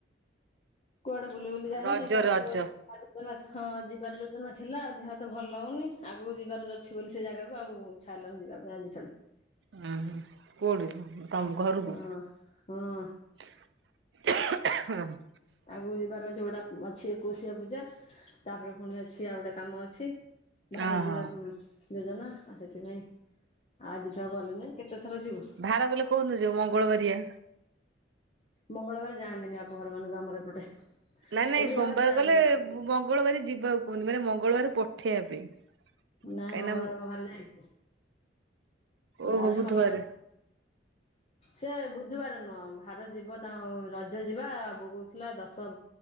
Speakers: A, on the left (about 35°); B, on the right (about 75°).
A: କୁଆଡେ ବୁଲି ବୁଲି ଯାଇନୁ
B: ରଜ
A: ଯିବାର
B: ରଜ।
A: କୁ <unintelligible> ହଁ ଯିବାର ଯୋଉ ଦିନ ଥିଲା, ଦେହ ତ ଭଲ ହଉନି, ଆଗକୁ ଯିବାର ଅଛି ବୋଲି ସେ ଜାଗାକୁ ଆଉ। <unintelligible>
B: ଉଁ କୋଉଠି ତମ ଘରକୁ?
A: ହଁ ହଁ।
B: <inaudible>
A: ଆଗକୁ ଯିବାର ଅଛି ଗୋଟା ଅଛି ଏକୋଇଶିଆ ପୂଜା, ତା ପରେ ପୁଣି ଅଛି ଆଉ ଗୋଟେ କାମ ଅଛି। <inaudible> ଭାର
B: ଓହୋ
A: ଯିବାକୁ ଯୋଜନା, ଆଉ ସେଥିପାଇଁ ଆଜି ତ ଗଲେନି କେତେଥର ଯିବୁ।
B: ଭାର ଗଲେ କୋଉ ଦିନ ଯିବ ମଙ୍ଗଳ ବାରିଆ।
A: ମଙ୍ଗଳ ବାର ଯାଆନ୍ତି ନି ବାପ ଘର ମାନଙ୍କୁ ଆମର ଏପଟେ।
B: ନାଇଁ ନାଇଁ
A: ଓଡିଆ
B: ସୋମବାର
A: ଘରେ ଯାଆନ୍ତିନି
B: ଗଲେ, ମଙ୍ଗଳବାର ଯିବାକୁ କହୁନି ମାନେ ମଙ୍ଗଳବାର ପଠେଇବା ପାଇଁ।
A: ନାଇଁ
B: କାହିଁକିନା
A: ମଙ୍ଗଳବାର କଣ ଭାର ଯାଏ?
B: ଓହୋ
A: ନା ରେ
B: ବୁଧବାର
A: ମଙ୍ଗଳ ବାର ସେ ବୁଧୁ ବାର ନୁହେଁ, ଭାର ଯିବ ତାଙ୍କୁ ରଜ ଯିବା ବହୁ ଥିଲା ଦଶ